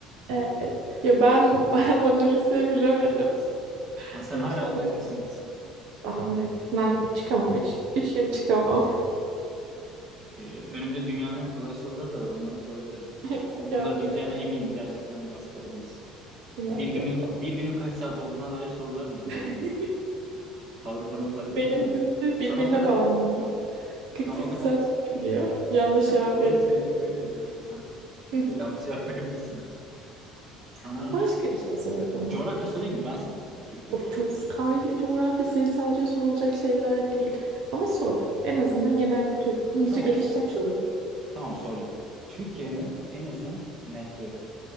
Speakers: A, on the right (about 70°); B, on the right (about 35°).
A: Evet. Ya ben <laughs> Mona Lisa'yı bilemedim.
B: Ha, sen
A: Lütfen.
B: hala onun etkisindesin.
A: Ben onun etkisinden çıkamam. Üç, üç gün çıkamam.
B: Ee, önümde dünyanın en kolay soruları da var. Onları sorabilirim.
A: <laughs>
B: Ama bunları
A: Yok
B: bileceğine
A: yok.
B: eminim. Gerçekten bir baskı olmuş.
A: Yok
B: Bir günün,
A: yok.
B: bir günün kaç saat olduğuna dair sorular bile var
A: <laughs>
B: önümde. Avrupa'nın para birimi
A: Benimkisi
B: bile var. Sana
A: birbirine
B: o kadar
A: bağlanıyor.
B: k-
A: 48
B: sana o kadar
A: saat sürebiliyor. Yanlış
B: <laughs>
A: cevap
B: doğru
A: verebilirim.
B: seninki öyleydi. Evet sen
A: <laughs>
B: yanlış cevap verebilirsin o yüzden. Sana
A: Başka bir şey sor o zaman.
B: coğrafya sorayım mı? Ben sana sorayım. Türkiye
A: Of,
B: coğrafya.
A: çok tarihli, coğrafya, sayısalcıya sorulacak şeyler değil. Ama sor. En azından genel kültürümüzü
B: Tamam.
A: geliştirmiş olabilir.
B: Tamam soracağım. Türkiye'nin en uzun nehri.